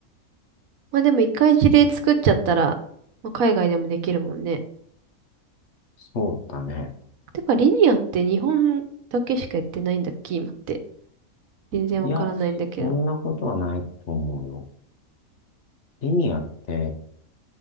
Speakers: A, on the right; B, on the left.
A: まあでも一回事例作っちゃったら、まあ、海外でもできるもんね。
B: そうだね。
A: てか、リニアって日本だけしかやってないんだっけ今って。全然わからないんだけど。
B: いや、そんなことはないと思うよ。リニアって、